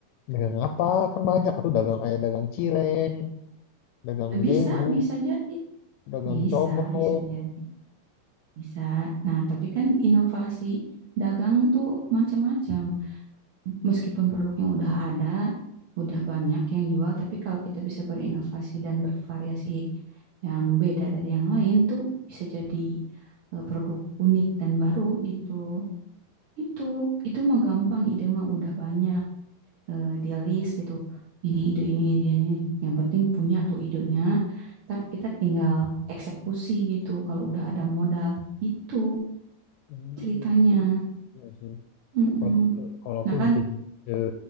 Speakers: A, on the left (about 80°); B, on the right (about 45°).
A: Dagang apa? Kan banyak tuh dagang kayak dagang cireng, dagang
B: Nah, bisa,
A: gehu,
B: bisa jadi.
A: dagang
B: Bisa,
A: comro.
B: bisa jadi. Bisa. Nah, tapi kan inovasi dagang tuh macam-macam. meskipun produk yang udah ada, udah banyak yang jual, tapi kalau kita bisa berinovasi dan bervariasi yang beda dari yang lain tuh bisa jadi eh, produk unik dan baru gitu. Itu itu mah gampang, ide mah udah banyak eh, di list gitu. Ini ide ini ide ini. Yang penting punya tuh idenya. Ntar kita tinggal eksekusi gitu kalau udah ada modal. Itu
A: Hmm,
B: ceritanya.
A: iya sih.
B: Mm-mm.
A: Kalau aku kalau aku
B: Nah
A: lebih
B: kan?
A: kayak gini. eh,